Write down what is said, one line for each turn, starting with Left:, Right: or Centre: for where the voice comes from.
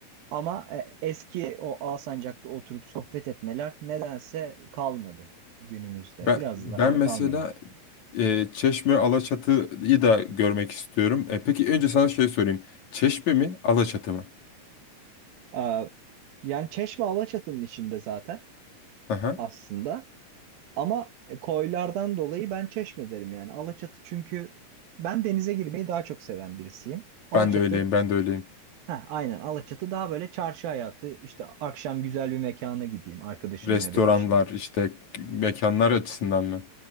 Right: Ama e, eski o Alsancak'ta oturup sohbet etmeler nedense kalmadı günümüzde.
Left: Ben,
Right: Biraz
Left: ben
Right: daha
Left: mesela
Right: kalmadı.
Left: e, Çeşme Alaçatı'yı da görmek istiyorum. E, peki önce sana şey sorayım. Çeşme mi Alaçatı mı?
Right: Aa, yani Çeşme Alaçatı'nın içinde zaten
Left: Aha.
Right: aslında. Ama e, koylardan dolayı ben Çeşme derim yani. Alaçatı çünkü ben denize girmeyi daha çok seven birisiyim. Alaçatı
Left: Ben de öyleyim, ben de öyleyim.
Right: Heh, aynen Alaçatı daha böyle çarşı hayatı işte akşam güzel bir mekana gideyim arkadaşımla
Left: Restoranlar
Right: ya da eşimle.
Left: işte mekanlar açısından mı?